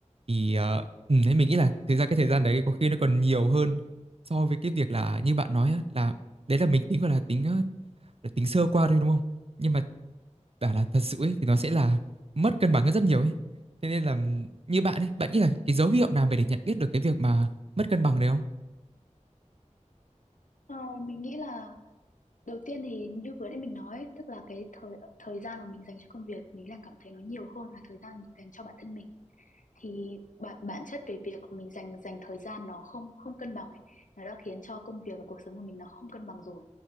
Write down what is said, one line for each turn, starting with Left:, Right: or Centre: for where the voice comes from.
Right: thì ờ, ừ, thế mình nghĩ là thực ra cái thời gian đấy có khi nó còn nhiều hơn so với cái việc là như bạn nói á, là đấy là mình tính gọi là tính ờ, là tính sơ qua thôi đúng không nhưng mà bảo là thật sự ấy, thì nó sẽ là mất cân bằng hơn rất nhiều ấy thế nên là ừm, như bạn ấy bạn nghĩ là cái dấu hiệu nào mà để nhận biết được cái việc mà mất cân bằng đấy không
Left: Ờ, mình nghĩ là Đầu tiên thì như vừa nãy mình nói, ấy, tức là cái thời thời gian mà mình dành cho công việc, mình đang cảm thấy nó nhiều hơn là thời gian mình dành cho bản thân mình. Thì bản bản chất về việc mình dành dành thời gian nó không không cân bằng ấy, nó đã khiến cho công việc và cuộc sống của mình nó không cân bằng rồi.